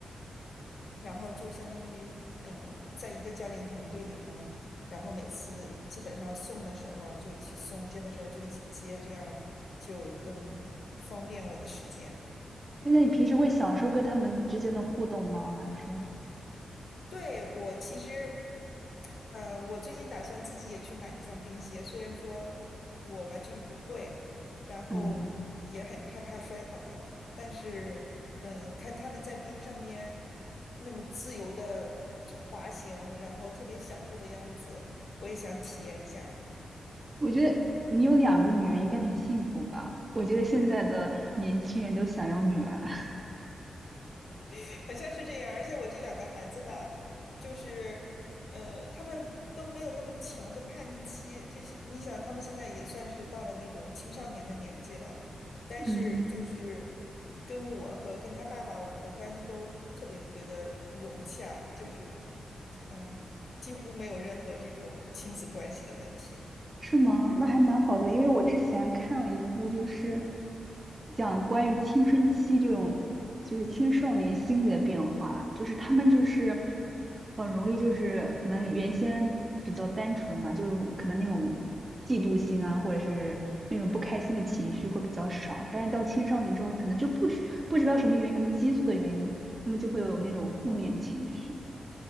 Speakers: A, on the left (about 60°); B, on the right (about 30°).
A: 然后就相当于嗯，在一个教练团队里嘛，然后每次基本上送的时候就一起送，接的时候就一起接，这样就更方便我的时间。
B: 那你平时会享受跟他们之间的互动吗？还是
A: 对，我其实。呃，我最近打算自己也去买一双冰鞋，虽然说我完全不会，然后也很害怕摔倒，
B: 嗯，
A: 但是，嗯、看他们在冰上边那么自由的滑行，然后特别享受的样子，我也想体验一下。
B: 我觉得你有两个女儿应该很幸福吧？我觉得现在的年轻人都想要女儿。
A: <laughs> 好像是这样，而且我这两个孩子吧，就是，呃，他们都没有那么强的叛逆期，就是你想，他们现在也算是到了那种青少年的年纪了，
B: <laughs>
A: 但是就是
B: 嗯。
A: 跟我和跟他爸爸，我们的关系都特别特别的融洽，就是，嗯，几乎没有任何这种亲子关系的问题。
B: 是吗？那还蛮好的，因为我之前看了一部，就是讲关于青春期这种，就是青少年心理的变化，就是他们就是很容易就是可能原先比较单纯嘛，就可能那种嫉妒心啊，或者是那种不开心的情绪会比较少，但是到青少年之后，可能就不知不知道什么原因，可能激素的原因，他们就会有那种负面情绪。